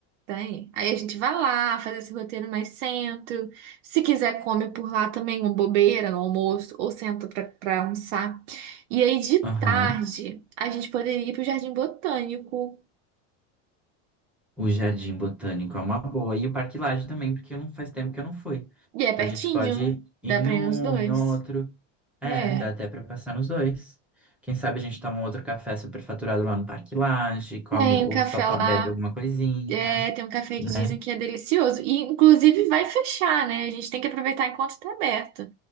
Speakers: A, on the right (about 75°); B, in the centre.
A: Tem. Aí a gente vai lá, faz esse roteiro mais sento. Se quiser, come por lá também, uma bobeira no almoço, ou senta pra, pra almoçar. E aí, de
B: Aham.
A: tarde, a gente poderia ir pro Jardim Botânico.
B: O Jardim Botânico é uma boa. E o Parque Lage também, porque não faz tempo que eu não fui.
A: E é
B: Então
A: pertinho,
B: a gente pode ir em
A: dá pra
B: um,
A: ir nos dois.
B: em outro. É,
A: É.
B: dá até para passar nos dois. Quem sabe a gente toma um outro café superfaturado lá no Parque Lage, come
A: Tem
B: ou
A: um café
B: só to-
A: lá,
B: bebe alguma coisinha,
A: é, tem um café
B: né?
A: que dizem que é delicioso. E, inclusive, vai fechar, né? A gente tem que aproveitar enquanto está aberto.